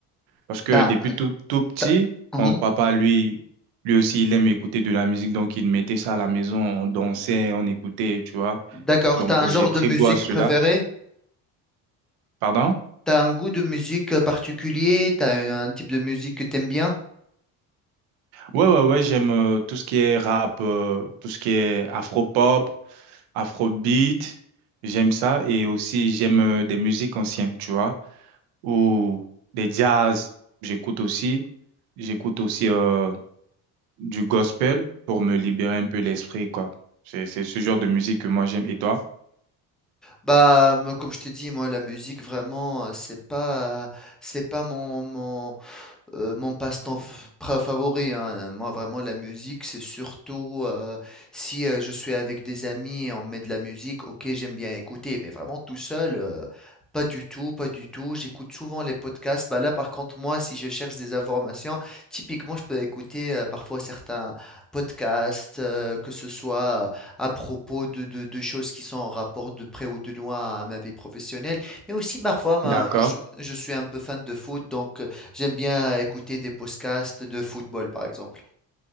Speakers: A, on the right; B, in the centre.
A: parce que
B: T'as-
A: depuis tout, tout petit,
B: t'as- Mhm.
A: mon papa, lui, lui aussi, il aime écouter de la musique, donc il mettait ça à la maison, on dansait, on écoutait, tu vois.
B: D'accord,
A: Donc,
B: t'as un
A: euh,
B: genre
A: j'ai pris
B: de musique
A: goût à cela.
B: préféré?
A: Pardon?
B: T'as un goût de musique particulier? T'as un type de musique que t'aimes bien?
A: Ouais, ouais, ouais, j'aime euh, tout ce qui est rap, euh, tout ce qui est afro-pop, afrobeat. J'aime ça. Et aussi, j'aime euh, des musiques anciennes, tu vois, ou des jazz. J'écoute aussi. J'écoute aussi euh, du gospel pour me libérer un peu l'esprit, quoi. C'est, c'est ce genre de musique que moi j'aime. Et toi?
B: Bah, moi, comme je t'ai dit, moi, la musique, vraiment, euh, c'est pas, euh, c'est pas mon, mon, Heu, mon passe-temps f pra favori, hein, moi vraiment la musique, c'est surtout, heu, si, heu, je suis avec des amis et on met de la musique, OK, j'aime bien écouter, mais vraiment tout seul, heu, pas du tout, pas du tout. J'écoute souvent les podcasts. Bah, là, par contre, moi, si je cherche des informations, typiquement, je peux écouter, heu, parfois certains podcasts, heu, que ce soit à propos de de de choses qui sont en rapport de près ou de loin à ma vie professionnelle, mais aussi parfois, ben,
A: D'accord.
B: je je suis un peu fan de foot, donc, euh, J'aime bien écouter des podcasts de football, par exemple.